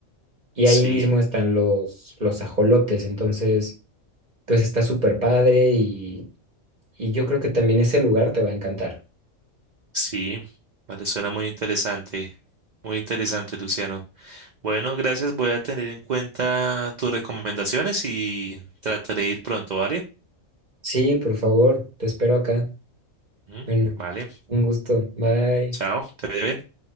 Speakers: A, on the right; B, on the right.
A: y
B: Sí,
A: ahí mismo están los, los ajolotes, entonces pues está súper padre y, y yo creo que también ese lugar te va a encantar.
B: sí, vale, suena muy interesante, muy interesante, Luciano. Bueno, gracias, voy a tener en cuenta tus recomendaciones y trataré de ir pronto, ¿vale?
A: Sí, por favor, te espero acá.
B: Ujú,
A: Bueno,
B: Vale,
A: un gusto, bye.
B: chao, te vaya bien.